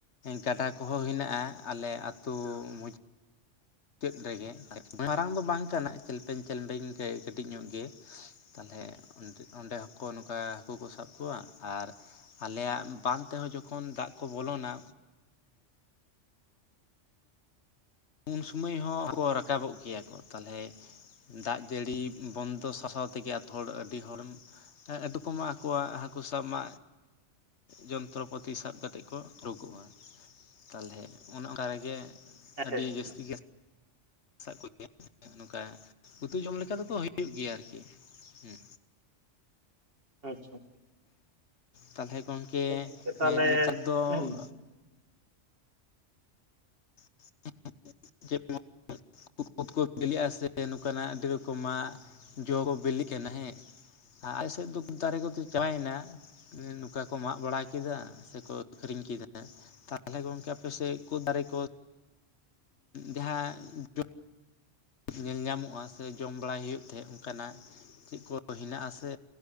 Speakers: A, on the left (about 70°); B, on the right (about 50°).
A: ᱜᱟᱰᱟ ᱠᱚᱦᱚᱸ ᱦᱮᱱᱟᱜᱼᱟ ᱟᱞᱮ ᱟᱹᱛᱩ ᱢᱚᱡᱽ ᱢᱩᱪᱟᱹᱫ ᱨᱮᱜᱮ ᱢᱟᱨᱟᱝ ᱫᱚ ᱵᱟᱝ ᱠᱟᱱᱟ ᱪᱮᱞᱯᱮᱝ ᱪᱮᱞᱯᱮᱝ ᱠᱟᱹᱴᱤᱡ ᱧᱚᱜ ᱜᱮ ᱛᱟᱦᱞᱮ ᱚᱸᱰᱮ ᱦᱚᱸ ᱠᱚ ᱱᱚᱝᱠᱟ ᱦᱟᱹᱠᱩ ᱠᱚ ᱥᱟᱵ ᱠᱚᱣᱟ ᱟᱨ ᱟᱞᱮᱭᱟᱜ ᱵᱟᱸᱫᱷ ᱛᱮᱦᱚᱸ ᱡᱚᱠᱷᱚᱱ ᱫᱟᱜ ᱠᱚ ᱵᱚᱞᱚᱱᱟ ᱩᱱ ᱥᱩᱢᱟᱹᱭ ᱦᱚᱸ ᱨᱟᱠᱟᱵᱚᱜ ᱜᱮᱭᱟ ᱠᱚ ᱛᱟᱞᱦᱮ ᱫᱟᱜ ᱡᱟᱹᱲᱤ ᱵᱚᱱᱫᱚ ᱥᱟᱥᱟᱣ ᱛᱮᱜᱮ ᱟᱛᱩ ᱦᱚᱲ ᱟᱹᱰᱤ ᱦᱚᱲᱮᱢ ᱮᱰᱩᱚᱠᱚᱢᱟᱜ ᱟᱠᱚᱣᱟᱜ ᱦᱟᱹᱠᱩ ᱥᱟᱵ ᱢᱟ ᱡᱚᱱᱛᱨᱚ ᱯᱟᱹᱛᱤ ᱥᱟᱵ ᱠᱟᱛᱮᱫ ᱠᱚ ᱩᱰᱩᱠᱚᱜ-ᱟ ᱛᱟᱞᱦᱮ ᱚᱱᱮ ᱚᱱᱠᱟ ᱨᱮᱜᱮ
B: ᱦᱮᱸ
A: ᱟᱹᱰᱤ
B: ᱥᱮ
A: ᱡᱟᱹᱥᱛᱤ ᱜᱮ <unintelligible> ᱱᱚᱠᱟ ᱩᱛᱩ ᱡᱚᱢ ᱞᱮᱠᱟ ᱫᱚᱠᱚ ᱦᱩᱭᱩᱜ ᱜᱮᱭᱟ ᱟᱨᱠᱤ ᱦᱩᱸ᱾
B: ᱟᱪᱪᱷᱟ
A: ᱛᱟᱦᱚᱞᱮ ᱜᱚᱝᱠᱮ
B: <unintelligible> ᱛᱟᱦᱚᱞᱮ
A: ᱱᱮᱛᱟᱨ ᱫᱚ
B: ᱦᱮᱸᱢ
A: <unintelligible> ᱪᱮᱫ ᱠᱩᱛ <unintelligible> ᱩᱛ ᱠᱚ ᱵᱤᱞᱤᱜ-ᱟ ᱥᱮ ᱱᱚᱝᱠᱟᱱᱟᱜ ᱟᱹᱰᱤ ᱨᱚᱠᱚᱢᱟᱜ ᱡᱚᱠᱚ ᱵᱤᱞᱤᱜ ᱠᱟᱱᱟ ᱦᱮᱸ ᱟᱞᱮ ᱥᱮᱫ ᱫᱚ ᱠᱩᱫᱚ ᱫᱟᱨᱮ ᱠᱚᱫᱚ ᱪᱟᱵᱟᱭᱮᱱᱟ ᱱᱚᱝᱠᱟ ᱠᱚ ᱢᱟᱜ ᱵᱟᱲᱟ ᱠᱮᱫᱟ, ᱥᱮᱠᱚ ᱟᱹᱠᱷᱨᱤᱧ ᱠᱮᱫᱟ, ᱛᱟᱦᱚᱞᱮ ᱜᱚᱝᱠᱮ ᱟᱯᱮᱥᱮᱜ ᱠᱩᱫ ᱫᱟᱨᱮ ᱠᱚ <unintelligible> ᱩ ᱡᱟᱦᱟᱸ <unintelligible> ᱧᱮᱞ ᱧᱟᱢᱚᱜᱼᱟ ᱥᱮ ᱡᱚᱢ ᱵᱟᱲᱟᱭ ᱦᱩᱭᱩᱜ ᱛᱟᱦᱮᱸᱫ ᱚᱱᱠᱟᱱᱟᱜ, ᱪᱮᱫ ᱠᱚ ᱦᱮᱱᱟᱜ ᱟ ᱥᱮ